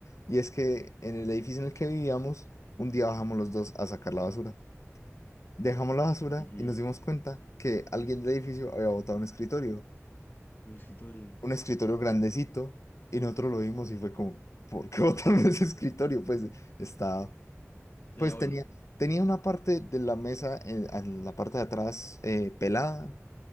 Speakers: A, on the left; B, on the left.
A: Y es que en el edificio en el que vivíamos, un día bajamos los dos a sacar la basura. Dejamos la basura
B: ujú,
A: y nos dimos cuenta que alguien del edificio había botado un escritorio,
B: Un escritorio,
A: un escritorio grandecito, y nosotros lo vimos y fue como, ¿por qué <laughs> botaron ese escritorio? Pues estaba,
B: se
A: pues
B: veía bueno,
A: tenía, tenía una parte de la mesa, en, en la parte de atrás eh, pelada